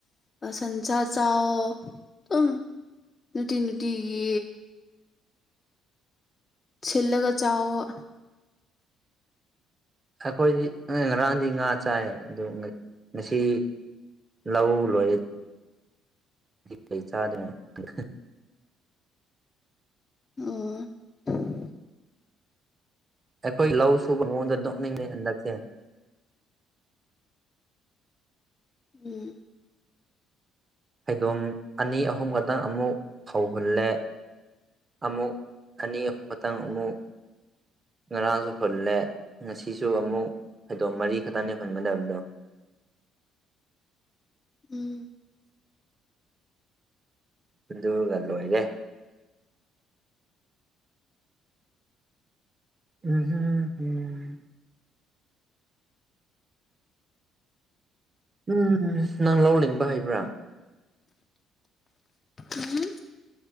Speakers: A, on the left; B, on the right.
A: ꯁꯟꯁꯥ ꯆꯥꯎ ꯇꯨꯝ ꯅꯨꯡꯇꯤ ꯅꯨꯡꯇꯤꯒꯤ ꯁꯤꯟꯂꯒ ꯆꯥꯑꯣꯕꯥ
B: ꯑꯩꯈꯣꯏꯗꯤ <unintelligible> ꯉꯔꯥꯡꯗꯤ ꯉꯥ ꯆꯥꯏ ꯑꯗꯨ ꯉꯁꯤ ꯂꯧ ꯂꯣꯏꯔꯦ ꯀꯩ ꯆꯥꯗꯅꯣ <unintelligible>
A: ꯑꯣ
B: ꯑꯩꯈꯣꯏ ꯂꯧ ꯁꯨꯕ ꯃꯑꯣꯡꯗ ꯅꯣꯛꯅꯤꯡꯉꯦ ꯍꯟꯗꯛꯇꯤ
A: ꯎꯝ
B: ꯍꯩꯗꯣꯝ ꯑꯅꯤ ꯑꯍꯨꯝ ꯈꯛꯇꯪ ꯑꯃꯨꯛ ꯐꯧ ꯍꯨꯜꯂꯦ ꯑꯃꯨꯛ ꯑꯅꯤ ꯑ ꯈꯛꯇꯪ ꯑꯃꯨꯛ ꯉꯔꯥꯡꯁꯨ ꯍꯨꯜꯂꯦ ꯉꯁꯤꯁꯨ ꯑꯃꯨꯛ ꯐꯩꯗꯣꯝ ꯃꯔꯤ ꯈꯛꯇꯅꯦ ꯍꯨꯟꯒꯗꯕꯗꯣ
A: ꯎꯝ
B: ꯑꯗꯨꯒ ꯂꯣꯏꯔꯦ ꯍꯨꯝ ꯍꯨꯝ ꯍꯨꯝ ꯍꯝ -ꯍꯝ ꯅꯪ ꯂꯧ ꯂꯤꯡꯕ ꯍꯩꯕ꯭ꯔꯥ
A: ꯎꯝ